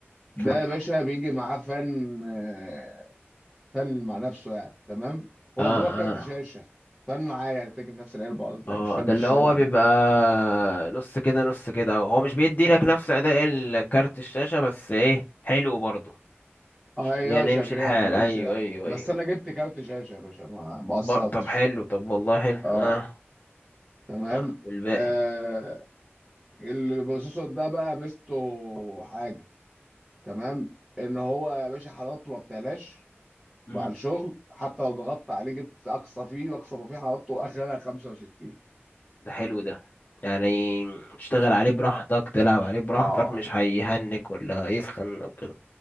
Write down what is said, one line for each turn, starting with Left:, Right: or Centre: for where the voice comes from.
Centre: ده
Left: خمسة
Centre: يا باشا
Left: اهو.
Centre: بيجي معاه فن آه، فن مع نفسه يعني تمام هو
Left: اه
Centre: جواه كارت
Left: اه
Centre: شاشه فن معاه يعني بتيجي في نفس العلبه قصدي
Left: اه
Centre: يعني مش فن
Left: ده
Centre: بتشتريها
Left: اللي هو
Centre: لوحدها
Left: بيبقى نص كده نص كده هو مش بيدي لك نفس اداء الكارت الشاشة بس ايه حلو برضه
Centre: اه ايوه
Left: يعني
Centre: شغال
Left: يمشي الحال
Centre: ما يقولش
Left: ايوه
Centre: لا
Left: ايوه
Centre: بس
Left: ايوه
Centre: انا جبت كارت شاشه يا باشا ما ما قصرتش
Left: بر... طب حلو طب والله حلو
Centre: اه
Left: اه
Centre: تمام
Left: آه، والباقي
Centre: آه اللي بخصوصه ده بقى ميزته حاجه تمام ان هو يا باشا حرارته ما بتعلاش
Left: مم.
Centre: مع الشغل حتى لو ضغطت عليه جبت اقصى فيه واقصى ما فيه حرارته اخرها 65
Left: ده حلو ده يعني تشتغل عليه براحتك تلعب عليه براحتك
Centre: اه
Left: مش هيهنج ولا يسخن او كده